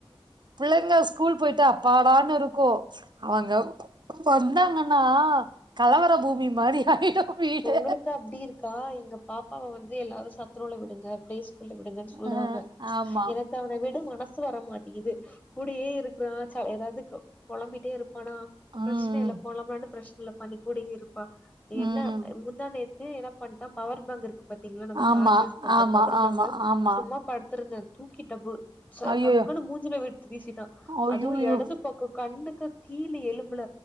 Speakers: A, on the right; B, on the left.
A: புள்ளைங்க ஸ்கூல் போயிட்டா அப்பாடான் இருக்கு அவங்க வந்தாங்கனா கலவர பூமி மாரி ஆயிடு வீடு
B: ஒங்களுக்கு அப்டி இருக்கா எங்க பாப்பாவ வந்து எல்லாரு சத்துணவுல விடுங்க ப்ளே ஸ்கூல்ல விடுங்கன் சொல்றாங்க
A: அ ஆமா
B: எனக்கு அவன விட மனசு வரமாட்டிகிது கூடயே இருக்கிறா ச எதாவது க பொளம்பிட்டே இருப்பானா
A: ம்
B: பிரச்சன இல்ல பொலாம்புனாலு பிரச்சன இல்லப்பா நீ கூடவே இருப்பா நீ என்ன
A: ம்
B: முந்தாநேத் என்ன பண்டா பவர் பேங்க் இருக்கு பாத்தீங்கலா நம்ம
A: ஆமா
B: சார்ஜ் யூஸ் பண்ற
A: ஆமா
B: பவர்
A: ஆமா
B: பேங்க்
A: ஆமா
B: சும்மா படுத்திருந்த தூக்கி டபு ச
A: ஐயயோ
B: டக்குன்னு மூஞ்சிலயே விட் வீசிட்டா
A: ஐயயோ
B: அதுவு எடது பக்கொ கண்ணுக்கு கீழ் எலும்புல